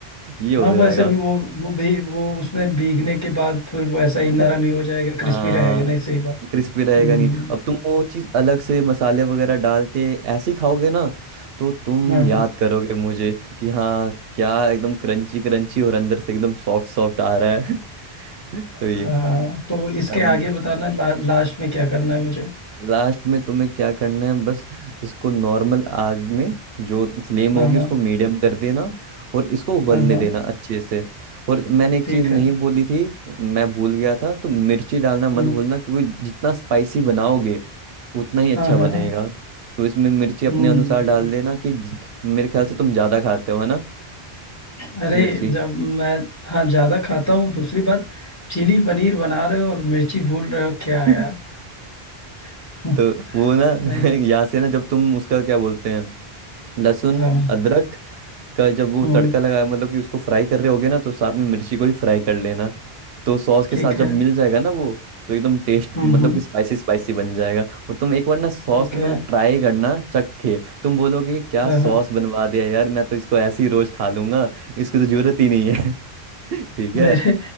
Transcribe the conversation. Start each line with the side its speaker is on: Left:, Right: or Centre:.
Right: ये हो
Left: हाँ वो
Right: जाएगा
Left: ऐसे भी वो वो भी वो उसमें भीगने के बाद फिर वो ऐसा
Right: <laughs>
Left: ही नरम ही हो जाएगा क्रिस्पी
Right: आ,
Left: रहेगा नहीं सही बात
Right: क्रिस्पी रहेगा
Left: हम्म
Right: नहीं
Left: हम्म,
Right: अब तुम वो चीज़ अलग से मसाले वगैरह डाल के ऐसे ही खाओगे ना तो तुम
Left: हाँ
Right: याद
Left: हाँ
Right: करोगे मुझे कि हाँ क्या एकदम क्रंची क्रंची और अंदर से एकदम सॉफ्ट सॉफ्ट आ रहा है <laughs> तो ये
Left: हाँ तो इसके
Right: अब
Left: आगे बताना ला, लास्ट में क्या करना है मुझे
Right: लास्ट में तुम्हें क्या करना है बस इसको नॉर्मल आग में जो फ्लेम
Left: हाँ
Right: होगी
Left: हाँ
Right: उसको मीडियम कर देना और इसको उबलने
Left: हाँ हाँ
Right: देना अच्छे से और मैंने एक
Left: ठीक
Right: चीज नहीं
Left: है
Right: बोली थी मैं भूल गया था तो मिर्ची डालना मत
Left: हम्म
Right: भूलना क्योंकि जितना स्पाइसी बनाओगे उतना ही अच्छा
Left: हाँ हाँ
Right: बनेगा
Left: हाँ
Right: तो इसमें मिर्ची अपने
Left: हम्म
Right: अनुसार डाल देना कि ज- मेरे ख्याल से तुम ज्यादा खाते हो है ना
Left: अरे
Right: मिर्ची
Left: जब मैं हाँ ज्यादा खाता हूँ दूसरी बात चिली पनीर बना रहे हो और मिर्ची भूल रहे हो क्या
Right: <laughs>
Left: यार <laughs>
Right: तो वो ना
Left: राइट
Right: <laughs> यहाँ से ना जब तुम उसका क्या बोलते हैं लहसुन
Left: हाँ
Right: अदरक का जब वो
Left: हम्म
Right: तड़का लगाया मतलब कि उसको फ्राई कर रहे होगे ना तो साथ में मिर्ची को भी फ्राई कर लेना तो सॉस के
Left: ठीक
Right: साथ
Left: है
Right: जब मिल जाएगा ना वो तो एकदम टेस्ट
Left: हम्म
Right: मतलब
Left: हम्म
Right: कि स्पाइसी स्पाइसी बन जाएगा और तुम एक बार ना सॉस
Left: ओके
Right: ना ट्राई करना चखे तुम बोलोगे कि क्या
Left: हाँ
Right: सॉस
Left: हाँ
Right: बनवा दिया यार मैं तो इसको ऐसे ही रोज खा लूंगा इसकी तो जरूरत ही नहीं है <laughs> ठीक
Left: मेरे
Right: है